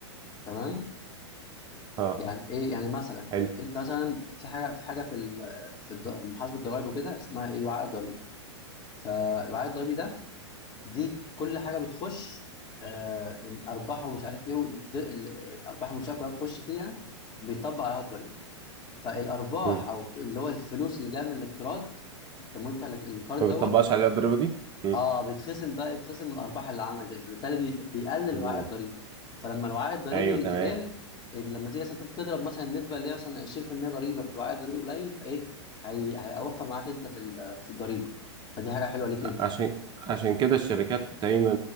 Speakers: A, on the left; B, on the right.
A: تمام
B: اه
A: يعني ايه يعني مثلا
B: حلو
A: يعني انت مثلا في حاجه في حاجه في ال- آه، في الض- محاسبه الضرائب وكده اسمها ايه وعاء الضريبي فالوعاء الضريبي ده دي كل حاجه بتخش آه، الارباح ومش عارف ايه والد- ال- الارباح المنشاه كلها بتخش فيها بيطبق عليها الضريبه فالارباح
B: مم.
A: او اللي هو الفلوس اللي جايه من الاقتراض التمويل بتاع القرض
B: ما
A: دوت
B: بتطبقش عليها الضريبه دي مم.
A: اه بيتخصم بقى يتخصم من الارباح اللي عندك دي فبالتالي بي... بيقلل الوعاء
B: مم.
A: الضريبي فلما الوعاء الضريبي
B: ايوه تمام
A: يقل ال- لما تيجي مثلا تضرب مثلا النسبه اللي هي مثلا 20% ضريبه في الوعاء الضريبي قليل فايه هي... هيوفر معاك انت في ال... في الضريبه فدي حاجه حلوه ليك انت
B: عشان عشان كده الشركات دايما